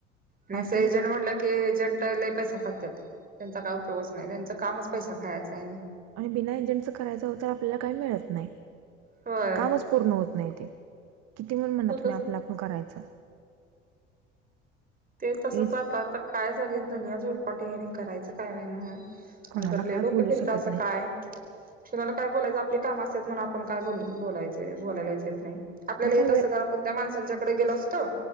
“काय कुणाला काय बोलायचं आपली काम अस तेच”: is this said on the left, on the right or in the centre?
Right